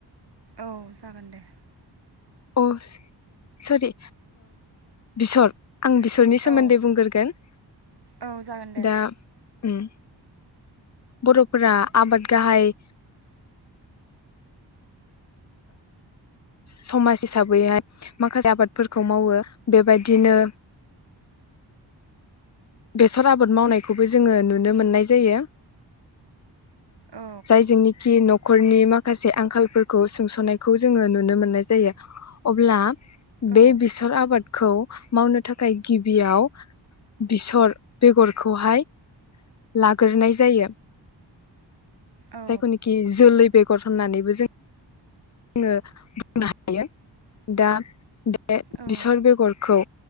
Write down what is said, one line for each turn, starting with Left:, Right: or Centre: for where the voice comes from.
Right: औ जागोन दे
Left: अ सरि बिसर आं बिसरनि सोमोन्दै
Right: औ
Left: बुंग्रोगोन
Right: औ जागोन दे
Left: दा उम बर'फोरा आबाद गाहाय समाज हिसाबैहाय माखासे आबादफोरखौ मावो बेबायदिनो बेसर आबाद मावनायखौबो जोङो नुनो नुनो मोननाय जायो
Right: औ
Left: जाय जोंनिखि न'खरनि माखासे आंखालफोरखौ सोंस'नायखौ जोङो नुनो मोननाय जायो अब्ला
Right: औ
Left: बे बेसर आबादखौ मावनो थाखाय गिबियाव बेसर बेगरखौहाय लाग्रोनाय जायो
Right: औ
Left: जायखौ नाखि जोलै बेगर होननानैबो जों जोङो बुंनो हायो दा बे
Right: औ
Left: बेसर बेगरखौ